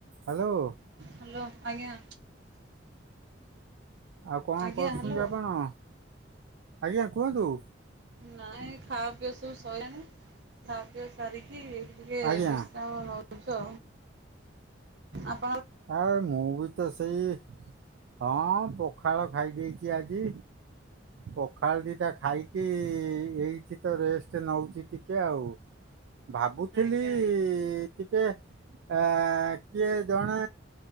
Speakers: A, on the right; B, on the right.
A: Hello
B: hello ଆଜ୍ଞା
A: ଆଉ କଣ
B: ଆଜ୍ଞା
A: କରୁଛନ୍ତି
B: ହ୍ୟାଲୋ
A: ଆପଣ? ଆଜ୍ଞା କୁହନ୍ତୁ।
B: ନାଇଁ ଖା ପିଇବା ସବୁ ସିଲଣି ଖାବାପିଇ ସାରିକି ଟିକେ
A: ଆଜ୍ଞା
B: ବିଶ୍ରାମ ନଉଛ ଆ
A: ଏ ମୁଁ ବି ତ ସେଇ ହଁ ପଖାଳ ଖାଇ ଦେଇଛି ଆଜି। ପଖାଳ ଦୁଇଟା ଖାଇକି ଏଇଠି ତ ରେଷ୍ଟ ନେଉଛି ଟିକେ ଆଉ। ଭାବୁଥିଲି
B: ଆଜ୍ଞା ଆଜ୍ଞା
A: ଟିକେ ଅ କିଏ ଜଣ ମେ